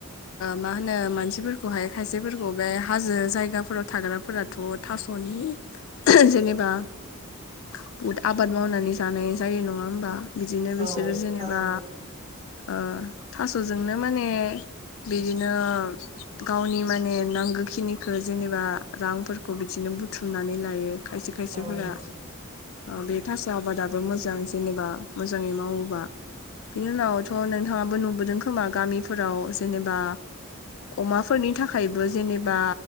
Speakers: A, on the left (about 70°); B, on the right (about 30°).
A: मा होनो मानसिफोरखौहाय खायसेफोरखौ बे हाजो जायगाफोराव थाग्राफोराथ' थास'नि जेनेबा बहुद आबाद मावनानै जानाय जायो नङा होमबा बिदिनो बिसोरो
B: औ
A: जेनेबा
B: थास'
A: ओ थास'जोंनो माने बिदिनो गावनि माने नांगौखिनिखो जेनेबा रांफोरखौ बिदिनो बुथुमनानै लायो। खायसे खायसेफोरा
B: औ नंगौ
A: ओ बे थास' आबादाबो मोजां जेनेबा मोजाङै मावो बा बिनि उनावथ' नोंथाङाबो नुबोदों खोमा गामिफोराव जेनेबा अमाफोरनि थाखायबो जेनेबा